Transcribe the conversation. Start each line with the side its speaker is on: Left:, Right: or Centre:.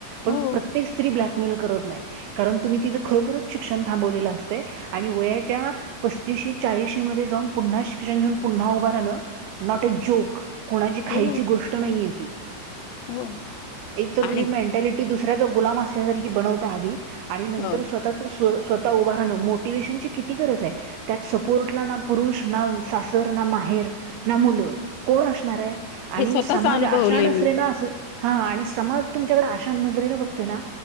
Right: पण
Left: हो
Right: प्रत्येक स्त्री ब्लॅक मेल करत नाही. कारण तुम्ही तिथं खरोखरच शिक्षण थांबवलेलं असते आणि वयाच्या पस् तीशी चाळीशी मध्ये जाऊन पुन्हा शिक्षण घेऊन पुन्हा उभं राहणं नॉट अ जोक. कोणाची खायची
Left: हो
Right: गोष्ट नाही ये ती
Left: हो
Right: एक तर
Left: आणि
Right: तुम्ही मेंट्याली टि की दुसऱ्याचा गुलाम असल्यासारखी बनवता आधी आणि नंतर
Left: हो
Right: स्वतःच स्व स्वतः उभा राहण मोटिवेशन ची किती गरज आहे. त्यात सपोर्टला ना पुरुष, ना सासर, ना माहेर, ना मुलं, कोण असणार आहे?
Left: हे
Right: आणि
Left: स्वतःच
Right: समाज
Left: अनुभवले
Right: अशा
Left: मी
Right: नसरेना अस हां आणि समाज तुमच्याकडे अशा नजरेनं बघतोय ना,